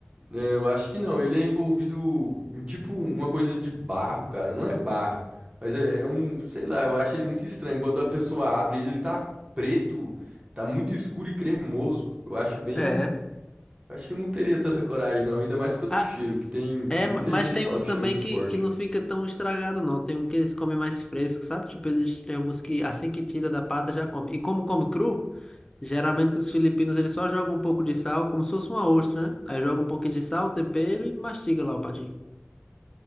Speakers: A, on the right; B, on the left.
A: É, Eu acho que não. Ele é envolvido em tipo uma coisa de barro, cara. Não é barro, mas é, é um, sei lá, eu acho ele muito estranho. Quando a pessoa abre ele, ele tá preto, tá muito escuro e cremoso. Eu acho bem.
B: É.
A: Acho que eu não teria tanta coragem, não. Ainda mais pelo
B: Ah,
A: cheiro, que tem
B: é,
A: muita
B: ma- mas
A: gente
B: tem
A: que fala
B: uns
A: que
B: também
A: o cheiro é muito
B: que,
A: forte.
B: que não fica tão estragado não. Tem um que eles comem mais fresco, sabe? Tipo eles tem alguns que assim que tira da pata já come. E como come cru? Geralmente os filipinos eles só jogam um pouco de sal, como se fosse uma ostra, né? Aí joga um pouquinho de sal, tempero e mastiga lá o patinho.